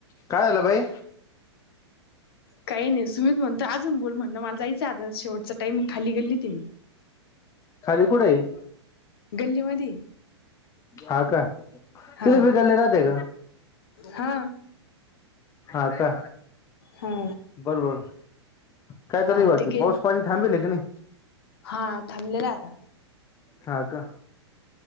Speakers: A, on the left; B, on the left.
A: काय आलं बाई?
B: काही नाही सुमित म्हणतो अजून बोल, म्हणलं मला जायचं आता शेवटचा टाइमे खाली गल्लीतये मी.
A: खाली कुढंये?
B: गल्लीमध्ये
A: हा का, तिथं
B: हा
A: पिकल्ले राहाते का?
B: हा
A: हा का,
B: हा
A: बरोबर काय चालूये
B: हा
A: बाकी
B: ते गे
A: पाऊस पा पण थांबेले का नही?
B: हा थांबलेलाये आता.
A: हा का.